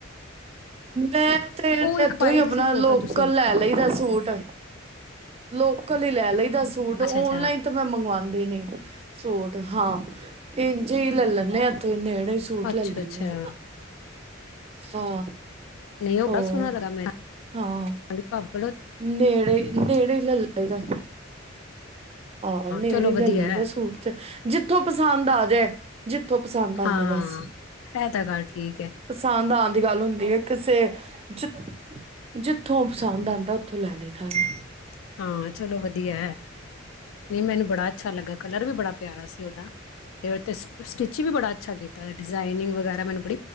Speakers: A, on the right; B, on the left.
A: ਮੈਂ ਤੇ
B: ਉਹ
A: ਇੱਥੋਂ
B: ਇੱਕ ਪਾਈ
A: ਹੀ ਆਪਣਾ
B: ਦੀ ਸੀ ਫੋਟੋ
A: ਲੋਕਲ
B: ਤੁਸੀਂ
A: ਲੈ ਲਈ ਦਾ ਸੂਟ। ਲੋਕਲ ਹੀ ਲੈ ਲਈ ਦਾ ਸੂਟ ਔਨਲਾਈਨ
B: ਅੱਛਾ ਅੱਛਾ
A: ਤਾਂ ਮੈਂ ਮੰਗਵਾਉਂਦੀ ਨਹੀਂ। ਸੂਟ ਹਾਂ ਇੰਝੇ ਹੀ ਲੈ ਲੈਂਦੇ ਆ ਇੱਥੋਂ ਨੇੜੇ ਸੂਟ
B: ਅੱਛਾ
A: ਲੈ ਲੈਂਦੇ
B: ਅੱਛਾ
A: ਹ ਹਾਂ
B: ਨਹੀਂ ਉਹ
A: ਹੋ
B: ਬਸ ਸੁਹਣਾ ਲ ਮੈਂ ਹੜ
A: ਹਾਂ
B: ਪਾ <inaudible>
A: ਨੇੜੇ ਨੇੈੜੇ ਹੀ ਲੇਹ ਲਾਏਦਾ ਹਾਂ ਨੇੜੇ
B: ਚਲੋ ਵਧੀਆ
A: ਲੈ ਲਾਇਦਾ
B: ਹੈ
A: ਸੂਟ ਚ ਜਿੱਥੋਂ ਪਸੰਦ ਆ ਜਾਏ ਜਿੱਥੋਂ ਪਸੰਦ ਆ
B: ਹਾਂ
A: ਜਾਏ ਬਸ
B: ਇਹ ਤਾਂ ਗੱਲ ਠੀਕ ਹੈ
A: ਪਸੰਦ ਆਉਣ ਦੀ ਗੱਲ ਹੁੰਦੀ ਹੈ। ਕਿਸੇ ਜ ਜਿੱਥੋਂ ਪਸੰਦ ਆਉਂਦਾ ਉੱਥੋਂ ਲੈ ਲਈਏ ਸਾਨੂੰ
B: <inaudible> ਹਾਂ ਚਲੋ ਵਧੀਆ ਹੈ ਨਹੀਂ ਮੈਨੂੰ ਬੜਾ ਅੱਛਾ ਲੱਗਾ ਕਲਰ ਵੀ ਬੜਾ ਪਿਆਰਾ ਸੀ ਉਹਦਾ ਤੇ ਉ ਸਟਿਚ ਵੀ ਬੜਾ ਅੱਛਾ ਕੀਤਾ ਡਿਜ਼ਾਇਨਿੰਗ ਵਗੈਰਾ ਨੂੰ <inaudible>